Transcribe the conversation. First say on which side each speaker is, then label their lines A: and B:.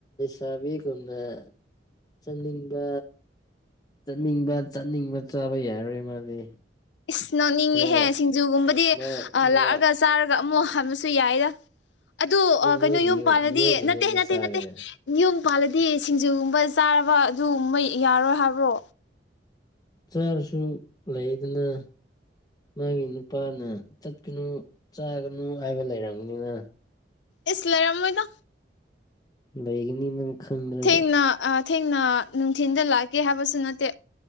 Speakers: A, on the left; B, on the left.
A: ꯆꯥꯕꯤꯒꯨꯝꯅ ꯆꯪꯅꯤꯡꯕ ꯆꯠꯅꯤꯡꯕ ꯆꯠꯅꯤꯡꯕ ꯆꯥꯕ ꯌꯥꯔꯔꯣꯏ ꯃꯥꯗꯤ
B: ꯏꯁ ꯅꯣꯛꯅꯤꯡꯉꯍꯦ
A: ꯈꯔ
B: ꯁꯤꯡꯖꯨꯒꯨꯝꯕꯗꯤ
A: ꯃꯥ
B: ꯑꯥ ꯂꯥꯛꯑꯒ
A: ꯃꯥ
B: ꯆꯥꯔꯒ ꯑꯃꯨꯛ ꯍꯟꯕꯁꯨ ꯌꯥꯏꯗ ꯑꯗꯨ ꯀꯩꯅꯣ
A: ꯃꯣꯏꯒꯤ
B: ꯌꯨꯝ ꯄꯥꯜꯂꯗꯤ
A: ꯃꯣꯏꯒꯤ
B: ꯅꯠꯇꯦ
A: ꯌꯨꯝꯗ
B: ꯅꯠꯇꯦ
A: ꯆꯥꯒꯦꯔ
B: ꯅꯠꯇꯦ ꯌꯨꯝ ꯄꯥꯜꯂꯗꯤ ꯁꯤꯡꯖꯨꯒꯨꯝꯕ ꯆꯥꯔꯕ ꯑꯗꯨꯒꯨꯝꯕ ꯌꯥꯔꯣꯏ ꯍꯥꯏꯕ꯭ꯔꯣ
A: ꯆꯥꯥꯔꯁꯨ ꯂꯩꯗꯅ ꯃꯥꯒꯤ ꯅꯨꯄꯥꯅ ꯆꯠꯀꯅꯨ ꯆꯥꯒꯅꯨ ꯍꯥꯏꯕ ꯂꯩꯔꯝꯒꯅꯤꯅ
B: ꯏꯁ ꯂꯩꯔꯝꯃꯣꯏꯗ
A: ꯂꯩꯒꯅꯤ ꯅꯪ ꯈꯪꯗ꯭ꯔꯒ
B: ꯊꯦꯡꯅ ꯑꯥ ꯊꯦꯡꯅ ꯅꯨꯡꯊꯤꯟꯗ ꯂꯥꯛꯒꯦ ꯍꯥꯏꯕꯁꯨ ꯅꯠꯇꯦ